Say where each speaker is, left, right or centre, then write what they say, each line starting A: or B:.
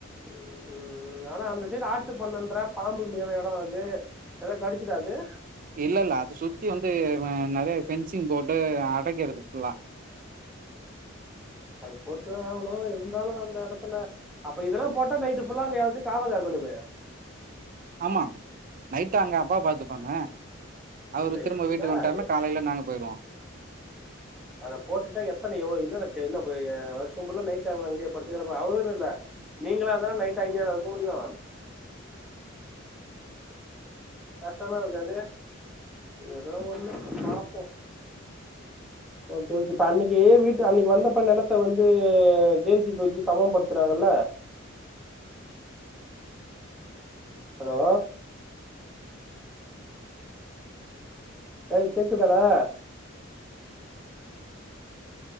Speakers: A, in the centre; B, on the right.
A: ம் உம் ம் ஆனா அந்த சைடு ஆட்டு பண்ணன்றற பாம்பு மேய்ற எடம் அது எதாவ் கடிச்சிடாது
B: இல்ல இல்ல அது சுத்தி வந்து நிறைய பென்சிங் போட்டு அடைக்கிறது புல்லா
A: அது போட்டுதான் ஆவ்ணூ அந்த இருந்தாலும் அந்த இடத்துல அப்ப இதெல்லா போட்டா நைட்டு ஃபுல்லா அங்க யாராச்சு காவ காக்கனுமே
B: ஆமா நைட்டு அங்க அப்பா பாத்துப்பாங்க அவரு
A: ஏய்,
B: திரும்ப வீட்டுக்கு
A: என்னடா
B: வந்ட்டாருன்னா
A: இது?
B: காலைல நாங்க போயிருவோ
A: அத போட்டுட்டா எத்தன எவ்வோ என்னன்ன டே என்ன பயே வருஷோ ஃபுல்லா நைட் அவெ அங்கேயே படுத்துக்கெடப்பா அவரு இல்ல நீங்களா இருந்தாலு நைட் அங்கேவா இருக்க முடியு கஷ்டமா இருக்காது ஏதோ ஒன்னு பாப்போ ஓகே ஓகே இப்ப அன்னைக்கி வீட்டு அன்னைக்கி வந்தப்ப நிலத்த வந்து ஜே சி பி வச்சு சமம் படுத்துனாங்கல்ல ஹலோ <unintelligible> கேக்குதாடா